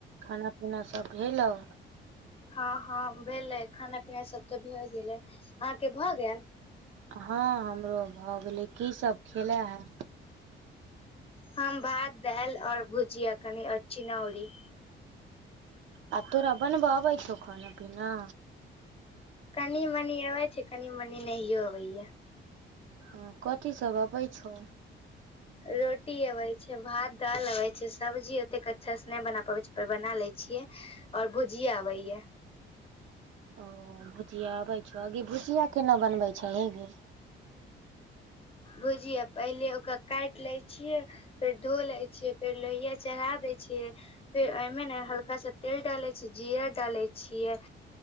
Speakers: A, on the right; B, on the left.
A: खाना पीना सब भेलौ?
B: हँ हँ भेलै खाना पीना सब तऽ भए गेलै। अहाँके भऽ गेएल?
A: हँ हमरो भऽ गेलै कीसभ खेलए है।
B: हम भात, दाइल और भुजिया कनि और चिनौरी।
A: आ तोरा बनबऽ अबै छौ खान पीना?
B: कनि मनी अबै छै कनी मनी नहियो अबैया।
A: ह कथी सब अबै छौ?
B: रोटी अबै छै भात, दाल अबै छै सब्जी ओतेक अच्छा से नहि बना पाबै छियै पर बना लै छियै। और भुजिया आबैया।
A: ओ भुजिया आबै छौ आगे भुजिया केना बनबै छही गे?
B: भुजिया पहिले ओकरा कैट लै छियै फेर धो लै छियै फेर लोहिया चढ़ा दै छियै फेर ओइमे ने हल्का सा तेल डालै छियै जीरा डालै छियै